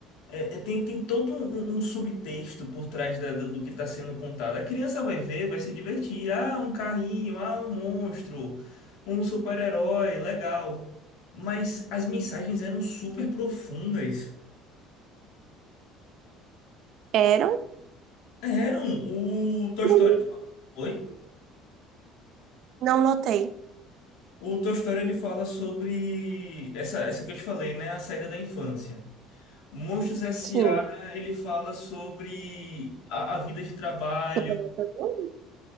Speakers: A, on the left; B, on the right.
A: É, é, tem, tem todo um, um- um subtexto por trás da- do, do que está sendo contado. A criança vai ver, vai se divertir. Ah, um carrinho, ah, um monstro, um super-herói, legal. Mas as mensagens eram super profundas.
B: Eram?
A: Eram. O Toy
B: Não
A: Story. Oi?
B: não notei.
A: O Toy Story ele fala sobre essa, essa que eu te falei, né? A saída da infância. Monstros S.A.
B: Sim.
A: ele fala sobre a, a vida de trabalho.
B: Superar seus medos?